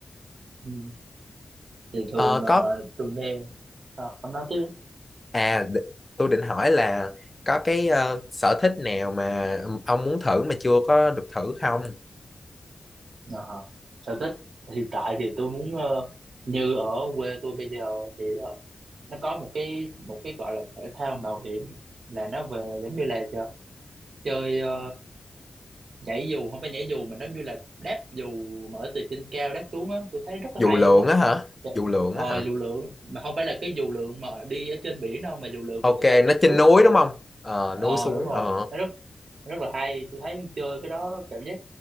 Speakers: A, on the right; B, on the left.
A: Ừ. thì thường
B: ờ,
A: ờ,
B: có
A: tôi nghe Ờ, ông nói tiếp
B: à đ- tôi định hỏi là có cái ờ, sở thích nào mà ông muốn thử mà chưa có được thử không
A: Ờ hả. sở thích hiện tại thì tôi muốn ờ, như ở quê tôi bây giờ thì ờ, nó có một cái một cái gọi là thể thao mạo hiểm là nó về giống như là giờ chơi ờ, nhảy dù không phải nhảy dù mà giống như là đáp dù mở từ trên cao đáp xuống á tôi thấy rất
B: dù
A: là hay
B: lượn
A: luôn á
B: á hả
A: Trời,
B: dù lượn
A: ờ
B: á hả
A: dù lượn mà không phải là cái dù lượn mà đi ở trên biển đâu mà dù lượn
B: ok
A: mà người ta
B: nó
A: trên núi
B: trên núi
A: tâm tơ
B: đúng không ờ
A: ờ
B: núi xuống
A: đúng rồi
B: ờ
A: nó rất rất là hay tôi thấy chơi cái đó cảm giác